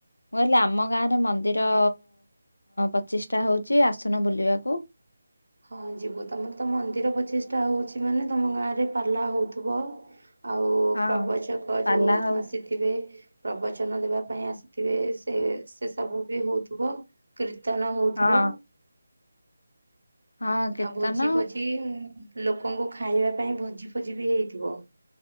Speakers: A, on the left (about 65°); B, on the right (about 65°).
A: ମୁଁ କହିଲି ଆମ ଗାଁରେ ମନ୍ଦିର ପଚିଶଟା ହଉଛି ଆସୁନ ବୁଲିବାକୁ।
B: ହଁ ଯିବୁ ତମର ତ ମନ୍ଦିର ପଚିଶଟା ହଉଛି ମାନେ ତମ ଗାଁ ରେ ପାଲା ହଉଥିବ। ଆଉ
A: ହଁ
B: ପ୍ରବଚକ
A: ପାଲା
B: ଯେଉଁ
A: ହଉଛି
B: ଆସିଥି ଥିବେ ପ୍ରବଚନ ଦେବା ପାଇଁ ଆସିଥିବେ ସେ ସେ ସବୁ ବି ହଉଥିବ। କୀର୍ତ୍ତନ ହେଉଥିବ।
A: ହଁ ହଁ କୀର୍ତ୍ତନ
B: ଆଉ ଭୋଜି ଭୋଜି ଲୋକଙ୍କୁ ଖାଇବା ପାଇଁ ଭୋଜି ଫୋଜି ବି ହେଇଥିବ।